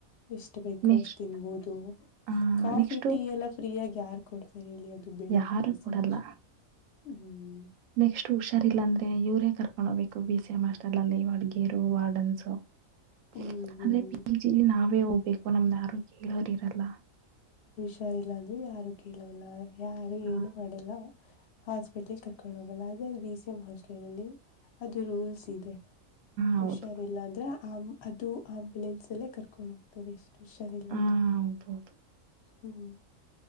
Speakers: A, on the left; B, on the right.
A: ಎಷ್ಟ ಬೇಕು
B: ನೆಕ್ಸ್ಟ್
A: ಅಷ್ಟ ತಿನ್ಬೋದು
B: ಆ
A: ಕಾಫಿ
B: ನೆಕ್ಸ್ಟ್
A: ಟೀ ಎಲ್ಲ ಫ್ರೀ ಆಾಗಿ ಯಾರ್ ಕೊಡ್ತಾರೆ ಹೇಳಿ ಅದು ಬೆಳಗ್ಗೆ
B: ಯಾರು ಕೊೂಡಲ್ಲ
A: ಸಂಜೆ ಹ್ಮ್
B: ನೆಕ್ಸ್ಟ್ ಹುಷಾರಿಲ್ಲ ಅಂದ್ರೆ ಇವರು ಕರ್ಕೊಂಡ ಹೋಗ್ಬೇಕು ಬಿ ಸಿ ಎಂ ಹಸ್ಟೆಲ್ ಅಲ್ಲಿ ಅಡಗೇರು ವಾರ್ಡನ್ಸ್ ಆದಂದ್ರೆ
A: ಹ್ಮ್ ಹ್ಮ್
B: ಪಿಜಿಲಿ ನಾವೇ ಹೋಗ್ಬೇಕು ನಮ್್ದಾರು ಕೇಳೋರಿರಲ್ಲ
A: ಹಷಾರಲ್ಲ ಅಂದ್ರರು ಯಾರು ಕೇಳೋಲ್ಲ ಯಾರು
B: ಹಾ
A: ಏನು ಮಾಡಲ್ಲ ಹಾಸ್ಪಿಟ್ಲ್ ಕರ್ಕೊಂಡ ಅದೇ ಬಿ ಸಿ ಎಂ ಹಾಸ್ಟೆಲ್ ಅಲ್ಲಿ ಅದು ರೂಲ್ಸ್ ಇದೆ
B: ಹೌದು
A: ಹುಷಾರಿಲ್ಲ ಅಂದ್ರೆ ಆ್ ಅದು ಆಂಬುಲೆನ್ಸ್ ಅಲ್ಲೇ ಕರ್ಕೊಂಡು ಹೋಗ್ತಾರೆ ಎಷ್ಟು ಹುಷಾರ ಇಲ್ಲ
B: ಹಾ
A: ಅಂದ್ರ
B: <unintelligible>
A: ಹ್ಮ್